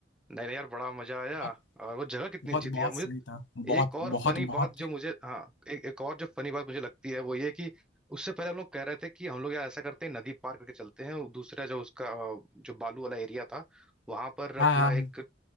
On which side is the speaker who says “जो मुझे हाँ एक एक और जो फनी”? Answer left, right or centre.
Centre